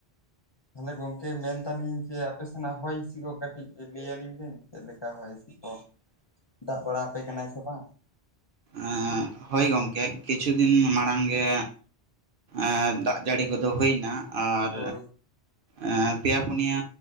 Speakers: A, on the left (about 35°); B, on the right (about 60°).
A: ᱛᱟᱦᱚᱞᱮ ᱜᱚᱝᱠᱮ ᱢᱮᱱᱫᱟᱞᱤᱧ ᱡᱮ ᱟᱯᱮ ᱥᱮᱱᱟᱜ ᱦᱚᱭ ᱦᱤᱥᱤ ᱠᱟᱹᱴᱤᱡ ᱞᱟᱹᱭ ᱟᱞᱤᱧ ᱵᱤᱱ ᱪᱮᱫ ᱞᱮᱠᱟ ᱦᱚᱭ ᱠᱚ ᱫᱟᱜ ᱵᱟᱲᱟ ᱟᱯᱮ ᱠᱟᱱᱟᱭ ᱥᱮ ᱵᱟᱝ?
B: ᱮᱸᱜ ᱦᱳᱭ ᱜᱚᱝᱠᱮ ᱠᱤᱪᱷᱩ ᱫᱤᱱ ᱢᱟᱲᱟᱝ ᱜᱮ ᱮᱸᱜ ᱫᱟᱜ ᱡᱟᱲᱤ ᱠᱚᱫᱚ ᱦᱳᱭᱱᱟ, ᱟᱨ
A: ᱦᱳᱭ
B: ᱮᱸᱜ ᱯᱮᱭᱟ ᱯᱩᱱᱭᱟ